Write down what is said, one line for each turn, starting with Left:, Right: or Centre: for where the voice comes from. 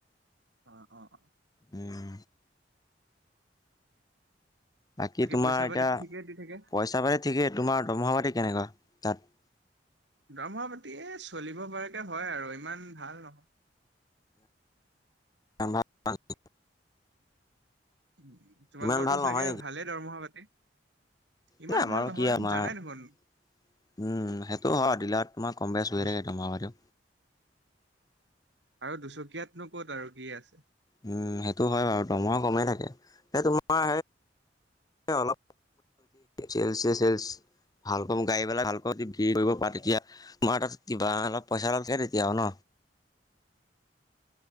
Right: অ অ অ
Left: উম বাকী তোমাৰ
Right: পইচা পাতিটো
Left: এতিয়া
Right: ঠিকেই দি থাকে?
Left: পইচা পাতি ঠিকেই তোমাৰ দৰ্মহা পাতি কেনেকুৱা? তাত
Right: দৰমহা পাতি চলিব পৰাকে হয় আৰু ইমান ভাল নহয়।
Left: বা <unintelligible>
Right: উম, তোমালোকৰ
Left: ইমান ভাল
Right: তো চাগে
Left: নহয় নেকি?
Right: ভালে দৰমহা পাতি ইমান
Left: এ আমাৰো
Right: ভাল নহয়
Left: কি আমাৰ
Right: জানাই
Left: উম,
Right: দেখোন
Left: সেইটো হয় দিল তোমাৰ কম বেছ হৈয়ে
Right: দু
Left: থাকে তোমাৰ বাৰ
Right: আৰু দুচকীয়াতনো ক'ত আৰু কি আছে।
Left: উম, সেইটো হয় বাৰু দমহ কমেই থাকে এ তোমাৰ অলপ চেলছে চেল ভাল পাও গাড়ীবলাক ভাল পাও যদি ভিৰ কৰিব পা তেতিয়া তোমাৰ তাত কিবা অলপ পইচা লালে তেতিয়া হ ন।
Right: <inaudible>